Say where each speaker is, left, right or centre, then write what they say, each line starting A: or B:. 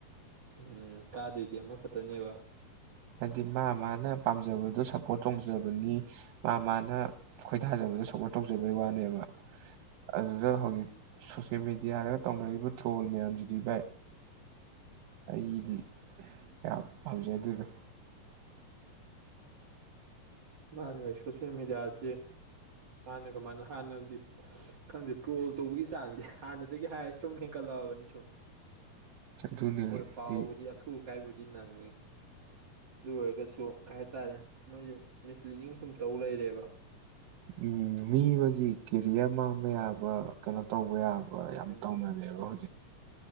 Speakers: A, on the right (about 45°); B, on the right (about 85°).
A: ꯎꯝ ꯇꯥꯗꯣꯏꯗꯤ ꯑꯃꯈꯛꯇꯅꯦꯕ
B: ꯍꯥꯏꯗꯤ ꯃꯥ ꯃꯥꯅ ꯄꯥꯝꯖꯕꯗꯣ ꯁꯞꯄꯣꯔꯠ ꯇꯧꯖꯕꯅꯤ ꯃꯥ ꯃꯥꯅ ꯈꯣꯏ ꯊꯥꯖꯕꯗꯣ ꯁꯞꯄꯣꯔꯠ ꯇꯧꯖꯕꯩ ꯋꯥꯅꯦꯕ ꯑꯗꯨꯗ ꯍꯧꯖꯤꯛ ꯁꯣꯁꯌꯦꯜ ꯃꯦꯗꯤꯌꯥꯗꯒ ꯇꯧꯅꯔꯤꯕ ꯇ꯭ꯔꯣꯜ ꯃꯌꯥꯝꯁꯤꯗꯤ ꯚꯥꯏ ꯑꯩꯗꯤ ꯀꯌꯥ ꯄꯥꯝꯖꯩ ꯑꯗꯨꯗ
A: ꯏꯅꯦ ꯑꯩ ꯁꯣꯁꯦꯜ ꯃꯦꯗꯤꯌꯥꯁ ꯍꯥꯟꯅ ꯀꯃꯥꯏꯅ ꯍꯥꯟꯅꯗꯤ ꯈꯪꯗꯦ ꯇ꯭ꯔꯣꯜ ꯇꯧꯕꯒꯤ ꯆꯥꯡꯗꯤ ꯍꯥꯟꯅꯗꯒꯤ ꯍꯥꯏꯔ ꯁꯨꯝ ꯍꯦꯟꯀꯠꯂꯛꯑꯕꯅꯤ ꯁꯨꯝ
B: ꯑꯗꯨꯅꯦ
A: ꯍꯣꯏ
B: ꯍꯥꯏꯗꯤ
A: ꯄꯥꯎꯕꯨꯗꯤ ꯑꯊꯨ ꯑꯀꯥꯏꯕꯨꯗꯤ ꯅꯪꯉꯤ ꯑꯗꯨ ꯑꯣꯏꯔꯒꯁꯨ ꯀꯩ ꯍꯥꯏꯇꯥꯔꯦ ꯃꯣꯏꯁ ꯃꯤꯁꯂꯤꯗꯤꯡ ꯁꯨꯝ ꯇꯧ ꯂꯩꯔꯦꯕ
B: ꯎꯝ ꯃꯤ ꯑꯃꯒꯤ ꯀꯦꯔꯤꯌꯔ ꯃꯥꯡꯕ ꯌꯥꯕ ꯀꯩꯅꯣ ꯇꯧꯕ ꯌꯥꯕ
A: ꯎꯝ
B: ꯌꯥꯝ ꯇꯧꯅꯔꯦꯕ ꯍꯧꯖꯤꯛ